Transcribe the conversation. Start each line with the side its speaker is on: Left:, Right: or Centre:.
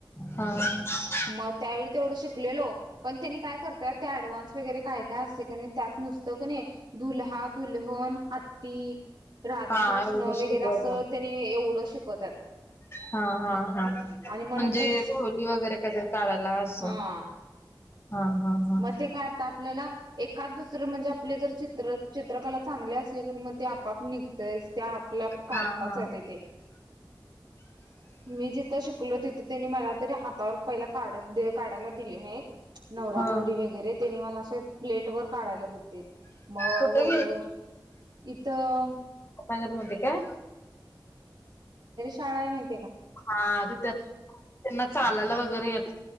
Left: हा हा
Right: मग त्यावेळी तेवढ शिकले हॅलो पण त्यांनी काय करतात त्यात ॲडव्हान्स वरी काय काय अस. आणि त्यात नुसत कणाय नाही दुल्हा -दुल्हन हत्ती, राधाकृष्ण
Left: हा एवढंच
Right: वगैरे
Left: शिकवतात
Right: असं त्यानी एवढं शिकवतात.
Left: हा हा हा म्हणजे
Right: आणि मग नंतर
Left: होली वगैरे काहीतरी काढायला असं..
Right: हा
Left: हा हा हा
Right: मग ते काय आता आपल्याला एकाद, दुसरं म्हणजे आपले जर चित्र चित्रकला चांगल्या असली की मग ते, आपआप निघतय ते आपल्याप काढताच
Left: हा हा हा
Right: येते ते. <unintelligible> मी जिथं शिकले. तिथं त्यांनी मला तरी हातावर पहिला काढत काढायला दिले नाहीत. नवरा
Left: हा
Right: -नवरी वगैरे त्यांनी मला अशे प्लेट वर काढायला दिले. म
Left: कुठे
Right: वहिवर....
Left: गेल
Right: इथं
Left: नगरमधील काय?
Right: काय माहीत?
Left: हा तिथ... त्यांना चालायला वगैरे येतं..